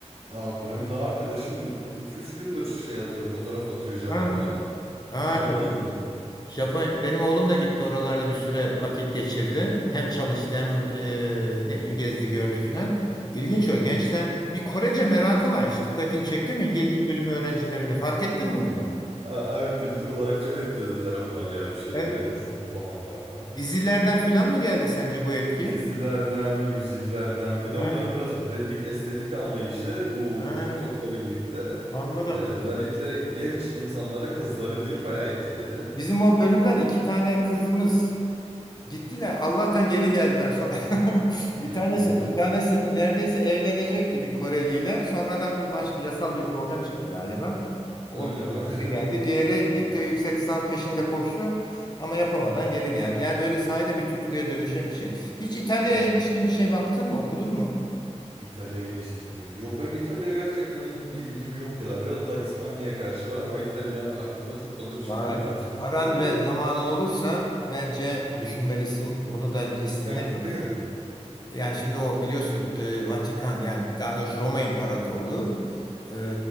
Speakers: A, on the right; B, on the left.
A: a- hem daha arkadaşım iki üç gündür şey atıyor, fotoğraf atıyor Japonya'dan.
B: Ha, ha
A: Aynen
B: çok
A: aynen.
B: ilginç. Japonya, benim oğlum da gitti oralarda bir süre vakit geçirdi. Hem çalıştı hem e, ne bileyim gezdi gördü filan. İlginç o gençler. Bir Korece merakı var. Hiç dikkatini çekti mi? İngilizce bölümü öğrencilerinde fark ettin mi bunu?
A: A- Abi kültür olarak çok etkilediler onlar ya bir şeyleri
B: Evet.
A: son zamanlarda.
B: Dizilerden filan mı geldi sence bu etki?
A: Dizilerden, müziklerden, bir de
B: Evet,
A: onların biraz güzellik, estetik anlayışı bu
B: ha,
A: TikTok'la birlikte
B: anladım.
A: e, özellikle genç insanları, kızları diyeyim bayağı etkiledi.
B: Bizim o bölümden iki tane kızımız gittiler. Allah'tan geri geldiler. Sonra <laughs> bir
A: <laughs>
B: tanesi bir tanesi neredeyse evlenecekti bir Koreliyle. Sonradan bir başka yasal bir problem çıktı galiba. Olmadı.
A: Öyle mi?
B: Geri
A: <laughs>
B: geldi. Diğeri gitti yüksek lisans peşinde koştu ama yapamadan geri geldi. Yani böyle sahiden bir tutkuya dönüşen bir şey. Hiç İtalya'ya
A: O
B: ilişkin bir şey baktın mı, okudun mu?
A: İtalya ilişkin. Yok benim İtalya'ya gerçekten hiç bir yok ya. Biraz daha İspanya'ya karşı var ama İtalya hakkında çok fazla bir
B: Vay.
A: şey bilmiyorum. Sen
B: Paran
A: gittin mi?
B: ve zamanın olursa bence düşünmelisin. Onu da listene
A: Sen gittin.
B: yaz yani. Yani şimdi o biliyorsun e, Vatikan yani daha doğrusu Roma İmparatorluğu e,